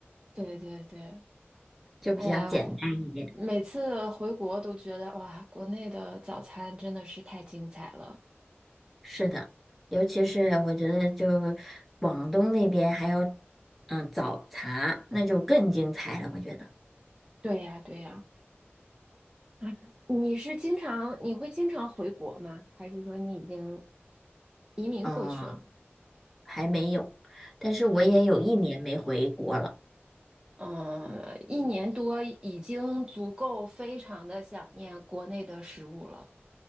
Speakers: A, on the right (about 20°); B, in the centre.
A: 对对对，
B: 就比较简单一点。
A: 哎呀，回每次回国都觉得哇，国内的早餐真的是太精彩了。
B: 是的，尤其是我觉得就广东那边还有嗯早茶，那就更精彩了，我觉得。
A: 对呀，对呀。啊，你是经常，你会经常回国吗？还是说你已经移民过去了？
B: 哦，还没有，但是我也有一年没回国了。
A: 啊嗯，一年多已经足够非常的想念国内的食物了。